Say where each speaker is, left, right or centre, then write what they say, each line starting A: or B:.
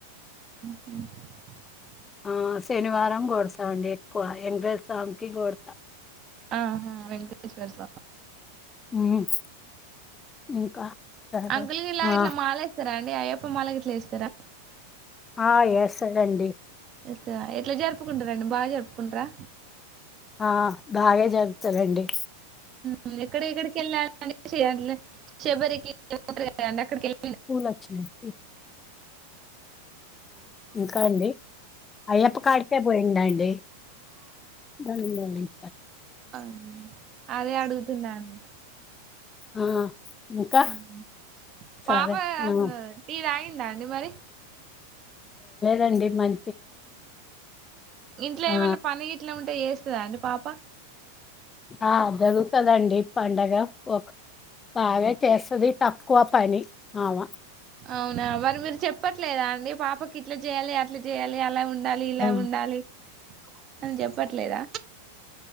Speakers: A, on the right; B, on the left.
A: మ్
B: ఆ శనివారం గొడతా అండి ఎక్కువ వెంకటేశ్వర స్వామి కి గొడతా
A: అహా వెంకటేశ్వర్ స్వామి
B: ఉమ్ ఇంకా సరే
A: అంకుల్ గిట్లా
B: ఆ
A: ఇట్లా మాలేస్తారా అండి అయ్యప్ప మాల గిట్లా ఏస్తారా
B: ఆ ఏస్తడు అండి
A: ఏస్తడ ఎట్లా జరుపుకుంటారండి బాగా జరుపుకుంటార
B: ఆ బాగే జరుపుతారండి
A: ఉమ్ ఎక్కడి ఎక్కడికి ఎళ్లారు అండి <inaudible> శబరికి <inaudible> అక్కడికి ఎళ్ళారా
B: ఫూలు ఒచ్చినాయి ఇంకా అండి అయ్యప్ప కాడికే పోయిండా అండి దాని
A: ఔనా అదే అడుగుతున్నా అండి
B: ఆ ఇంకా
A: ఉమ్
B: సరే
A: పాప కాసింద
B: ఆ
A: టీ తాగిందా అండి మరి
B: రండి మం
A: ఇంట్లో
B: ఆ
A: ఏమన్నా పని ఇట్లా ఉం టే ఎస్ దా అండి పాప
B: ఆ జరుగుతుదండి పండగ ఒక బాగా చేస్తది తక్కువ పని ఆమ
A: అవునా మరి మీరు చెప్పట్ల లేదా అండి పాపకి ఇట్లా చేయాలి అట్లా చేయాలి అలా ఉం ఉండాలి ఇలా
B: ఆ
A: ఉండాలి పని చెప్పట్లేదా